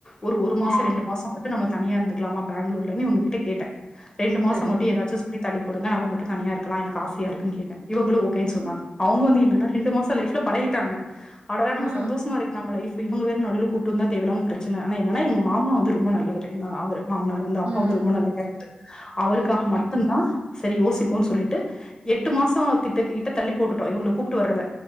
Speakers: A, on the left; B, on the right.
A: ஒரு ஒரு
B: ஆமா.
A: மாசொ ரெண்டு மாசொ மட்டு நம்ம தனியா இருந்துக்லாமா பேங்ளூர்லனு இவ்ங்கக் கிட்ட கேட்ட ரெண்டு மாசொ
B: சரி.
A: மட்டு ஏதாச்சு சொல்லி தள்ளிப் போடுங்க நம்ம மட்டு தனியா இருக்கலா எனக்கு ஆசையா இருக்குன் கேட்ட இவங்களு ஓகேன் சொன்னாங்க அவுங்க வந்து என்னானா ரெண்டு மாசொ லைஃப்ல பழைய டாங்க அடடா நம்ம
B: ஆ.
A: சந்தோஷமா இருக்கு நம்ம லைஃபு இவங்க வேற நடுவ்ல கூப்ட்டு வந்தா தேவயில்லாம ப்ரச்சன ஆனா என்னானா எங்க மா மா வந்து ரொம்ப நல்லவரு எங்க அவரு மாம்னார் வந்து அப்பா
B: ம்.
A: வந்து ரொம்ப நல்ல கேரக்ட்ரு அவருக்காக
B: ம்.
A: மட்டுந்தா சரி யோசிப்போன் சொல்லிட்டு எட்டு மாசொ திட்ட கிட்ட தள்ளிப் போட்டுட்டோ இவுங்கள கூப்ட்டு வர்றத